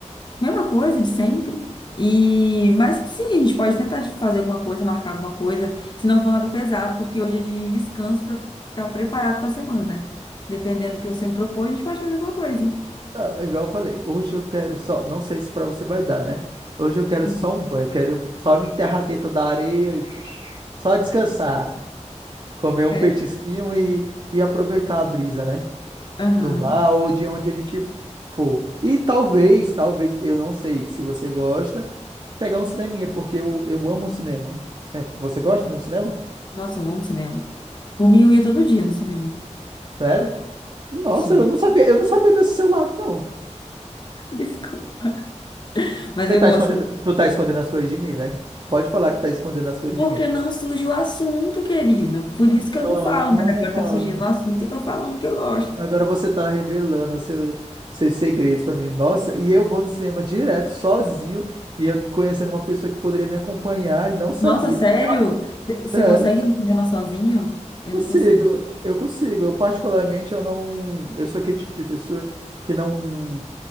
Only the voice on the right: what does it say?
Não, é igual eu falei, hoje eu quero só, não sei se pra você vai dar, né? Hoje eu quero
só um banho, eu quero só me enterrar dentro da areia, e <sniffs> só descansar, comer um
petisquinho e, e aproveitar a brisa, né?
Do mar ou de onde a gente for. E talvez, talvez, eu não sei se você gosta, pegar um cineminha, porque eu, eu amo cinema. Você você gosta de um cinema?
Sério? Nossa,
eu não sabia, eu não sabia desse seu lado, não.
Você
tá
escondendo,
tu tá escondendo as coisas de mim, né? Pode falar que tá escondendo as coisas
de mim.
Ah,
agora você tá revelando seu- seus segredos pra mim. Nossa, e eu vou no cinema direto, sozinho, e eu conhecendo uma pessoa que poderia me acompanhar e não sabia.
Sério.
Consigo,
eu consigo. Eu particularmente eu não, eu sou aquele tipo de pessoa que não,